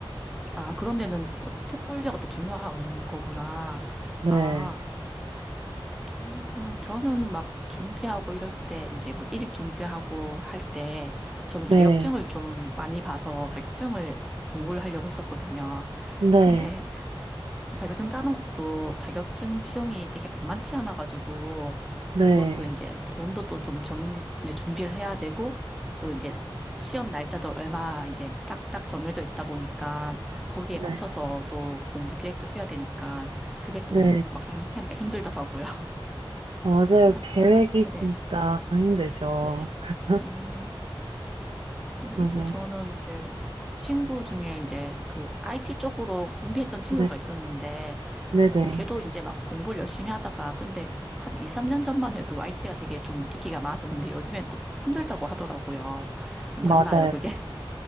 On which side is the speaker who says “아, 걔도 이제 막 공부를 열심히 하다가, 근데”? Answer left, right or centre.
Centre